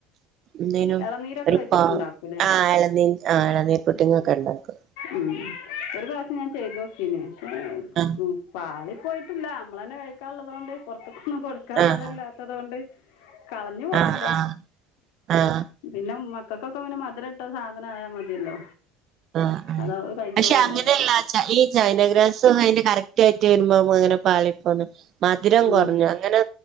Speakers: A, on the right; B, on the left.
A: എന്തേനു
B: ഇളനീരൊക്കെ
A: ഒര്
B: വെച്ചിട്ടുണ്ടാക്കൂല്ലേ
A: പ ആഹ് എളനീ ആഹ് എളനീർപുഡിങ്ങൊക്കെണ്ടാക്കും.
B: ഉം ഒര് പ്രാവ്ശം ഞാൻ ചെയ്തൊക്കീനേ ഷേ
A: ആഹ്
B: കു പാളി പോയിട്ടില്ല നമ്മളതന്നെ കഴിക്കാള്ളത്കൊണ്ട് പുറത്ത്ക്കൊന്നും കൊടുക്കാൻള്ളതല്ലാത്തതൊണ്ട്
A: ആഹ്
B: കളഞ്ഞു പോയില്ല
A: ആഹ് ആഹ് ആഹ്
B: പിന്നെ മക്കൾക്കൊക്കെ ഇങ്ങനെ മധുരംട്ട സാധനം ആയാ മതിയല്ലോ
A: ആഹ് ആഹ്
B: അത് അവർ കഴിച്ചോളുമല്ലോ
A: പക്ഷെ അങ്ങനെയല്ലാച്ച ഈ ചൈനഗ്രാസും അതിന്റെ കറക്റ്റ് ആയിട്ട് വരുമ്പോ അങ്ങനെ പാളിപ്പോന്നു മധുരം
B: ഉം
A: കുറഞ്ഞു അങ്ങനെ